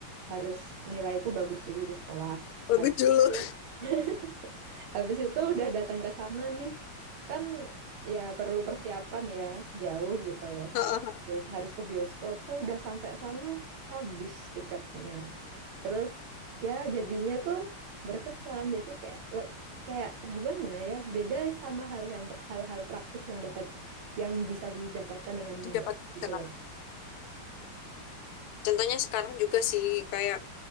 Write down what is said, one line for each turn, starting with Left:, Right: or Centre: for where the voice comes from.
Right: harus nilaiku bagus dulu di sekolah
Left: Bagus
Right: habis
Left: dulu.
Right: itu
Left: <laughs>
Right: <laughs> Habis itu udah datang ke sana nih, kan ya perlu persiapan ya, jauh gitu.
Left: Uh-uh.
Right: Bios- harus ke bioskop. Eh udah sampai sana habis tiketnya. Terus ya jadinya tuh berkesan. Jadi kayak le- kayak gimana ya? Beda sama hal yang hal-hal praktis yang dapat yang bisa didapatkan dengan mudah
Left: Dapat
Right: gitu
Left: sekarang.
Right: loh.
Left: Contohnya sekarang juga sih kayak